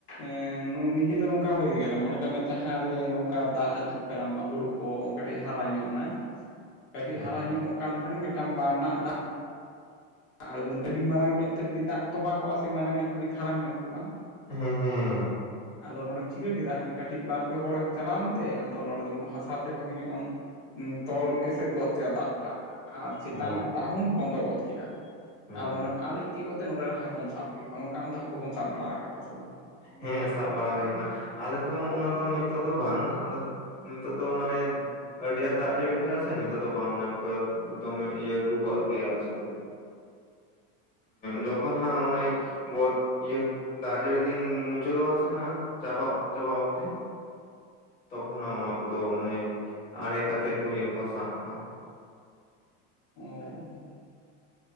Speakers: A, on the left; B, on the left.
A: ᱮᱸᱻ ᱱᱤᱡᱮ ᱫᱚ ᱱᱚᱝᱠᱟ ᱦᱩᱭ ᱠᱟᱱᱟ ᱢᱚᱱᱮ ᱠᱟᱜ ᱢᱮ ᱡᱟᱦᱟᱸᱨᱮ ᱚᱠᱟ ᱫᱟᱜ ᱟᱹᱛᱩᱜ ᱠᱟᱱᱟ ᱦᱩᱲᱩ ᱠᱚ ᱠᱟᱹᱴᱤᱡ ᱦᱟᱨᱟ ᱧᱚᱜ ᱱᱟ ᱠᱟᱹᱴᱤᱡ
B: ᱦᱮᱸ
A: ᱦᱟᱨᱟ ᱧᱚᱜᱚ ᱠᱟᱱ ᱠᱷᱟᱱ ᱢᱤᱫᱴᱟᱝ ᱵᱟᱱ ᱨᱮᱱᱟᱜ ᱫᱟᱜ ᱟᱬᱜᱚᱱ ᱠᱟᱹᱴ ᱢᱟᱨᱟᱝ ᱧᱚᱜ ᱛᱮ ᱠᱟᱹᱴᱤᱡ ᱫᱟᱜ ᱛᱚᱵᱟᱜᱠᱜᱼᱟ ᱥᱮ ᱢᱟᱨᱟᱝ ᱧᱚᱜ ᱠᱟᱹᱴᱤᱡ ᱠᱷᱟᱨᱟᱝ ᱧᱚᱜ ᱠᱚᱜᱼᱟ
B: ᱦᱩᱸ ᱦᱩᱸ
A: ᱟᱫᱚ ᱱᱚᱸᱰᱮᱢ ᱪᱤᱠᱟᱹ ᱠᱮᱫᱟ ᱠᱟᱹᱴᱤᱡ ᱵᱟᱨ ᱯᱮ ᱦᱚᱲᱮᱢ ᱪᱟᱞᱟᱣᱮᱱᱛᱮ ᱟᱫᱚ ᱱᱚᱸᱰᱮ ᱫᱚ ᱦᱟᱥᱟ ᱛᱮ ᱵᱷᱟᱜᱮ ᱧᱚᱜ ᱮᱢ ᱛᱚᱞ ᱮᱥᱮᱫ ᱜᱚᱫ ᱠᱮᱭᱟ ᱫᱟᱜ ᱴᱟᱜ ᱟᱨ ᱪᱮᱛᱟᱱ
B: ᱚ
A: ᱨᱮᱱᱟᱜ ᱫᱟᱜ ᱦᱚᱢ ᱵᱚᱱᱫᱚ ᱜᱚᱫ ᱠᱮᱫᱟ
B: ᱦᱮᱸ
A: ᱟᱫᱚ ᱱᱚᱸᱰᱮᱢ ᱟᱨᱮᱡ ᱠᱮᱫ ᱛᱮ ᱱᱚᱰᱮ ᱨᱮᱱ ᱦᱟᱹᱠᱩᱢ ᱥᱟᱵ ᱠᱮᱫ ᱠᱚᱣᱟ ᱱᱚᱝᱠᱟ ᱟ ᱫᱚ ᱦᱟᱹᱠᱩ ᱠᱚᱢ ᱥᱟᱵ ᱵᱟᱲᱟ ᱟᱠᱟᱫ ᱠᱚᱣᱟ ᱥᱮ ᱵᱟᱝ
B: ᱦᱮᱸ ᱥᱟᱵ ᱵᱟᱲᱟ ᱦᱩᱭ ᱠᱟᱱᱟ ᱟᱞᱮ ᱫᱚ ᱚᱱᱟ ᱫᱚ ᱱᱤᱛᱚᱜ ᱫᱚ ᱵᱟᱝ ᱚᱱᱮ ᱱᱤᱛᱚᱜ ᱫᱚ ᱢᱟᱱᱮ ᱟᱹᱰᱤ ᱟᱸᱴ ᱫᱟᱜ ᱡᱟᱹᱲᱤ ᱠᱚ ᱦᱩᱭᱩᱜᱼᱟ ᱥᱮ ᱱᱮᱛᱟᱨ ᱫᱚ ᱵᱟᱢ ᱧᱟᱢ ᱠᱚᱼᱟ ᱫᱚᱢᱮ ᱤᱭᱟᱹ ᱰᱩᱵᱟᱹᱜ ᱜᱮᱭᱟ ᱟᱞᱮ ᱥᱮᱫ ᱫᱚ ᱡᱠᱷᱚᱱ ᱦᱟᱸ ᱚᱱ ᱵ ᱤᱭᱟᱹ ᱫᱡᱟᱲᱤ ᱫᱤᱱ ᱢᱩᱪᱟᱹᱫᱚᱜᱼᱟ ᱥᱮ ᱦᱟᱸᱜ ᱪᱟᱵᱟ ᱪᱟᱵᱟ ᱚᱠᱛᱮ ᱛᱚᱠᱷᱚᱱᱟᱜ ᱚᱱᱟ ᱠᱚᱫᱚ ᱢᱟᱱᱮ ᱟᱲᱮ ᱠᱟᱛᱮᱜ ᱠᱚ ᱤᱭᱟᱹ ᱠᱚᱣᱟ ᱥᱟᱵ ᱠᱚᱣᱟ
A: ᱚ